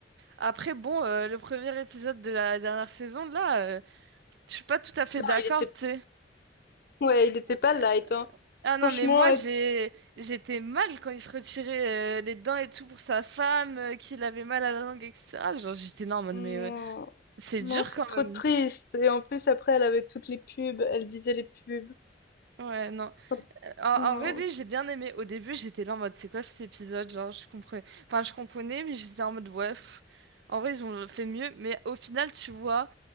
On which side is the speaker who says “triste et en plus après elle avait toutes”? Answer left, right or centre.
Left